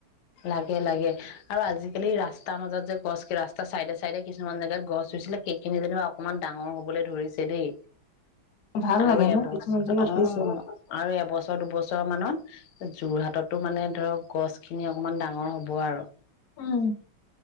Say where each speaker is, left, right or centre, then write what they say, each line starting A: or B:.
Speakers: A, on the left (about 85°); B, on the left (about 65°).
A: লাগে লাগে আৰু আজিকালি ৰাস তাৰ মাজত যে গছ ৰাস্তা চাইডে চাইডে কিছুমান জেগাত গছ ৰুইছিলে সেইখিনি যেনিবা অকনমান ডাঙৰ হবলৈ ধৰিছে দেই
B: ভাল
A: আৰু
B: লাগে
A: এবছৰ
B: ন কিছুমান জেগাত
A: উম
B: হৈছে
A: আৰু এবছৰ দুবছৰ যোৰহাটতো মানে ধৰক গছ খিনি অকমান ডাঙৰ হব আৰু
B: উম